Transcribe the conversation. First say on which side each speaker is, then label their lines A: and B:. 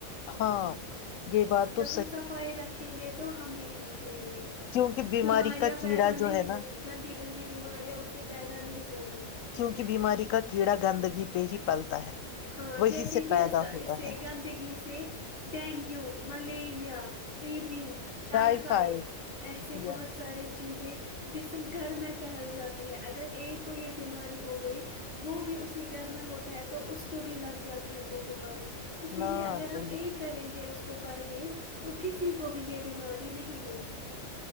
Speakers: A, on the left; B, on the left.
A: ہاں یہ بات
B: جب
A: تو
B: ہم صفائی رکھیں گے تو ہم بھی ٹھیک رہیں گے
A: کیوںکہ بیماری
B: بیماریاں
A: کا کیڑا
B: پیدا نہیں
A: جو ہے
B: ہوگی
A: نا
B: گندی گندی بیماریاں اس سے پیدا نہیں ہوگی
A: کیونکہ بیماری کا کیڑا گندگی پہ ہی پلتا ہے
B: ہاں
A: وہی
B: جیسے
A: سے
B: کہ
A: پیدا ہوتا
B: اس سے
A: ہے
B: گندگی سے dengue malaria T B typhoid
A: typhoid
B: ایسے بہت
A: یس
B: سارے چیزیں جسم گھر میں پھیل جاتی ہے اگر ایک کو یہ بیماری ہو گئی تو وہ بھی اسی گھر میں ہوتا ہے تو اس بھی لگ جاتی ہے وہ بیماری اسی
A: نہ
B: لیے اگر
A: صحیح
B: ہم یہ کریں گے اس کو پرہیز تو کسی کو بھی یہ بیماری نہیں ہوگی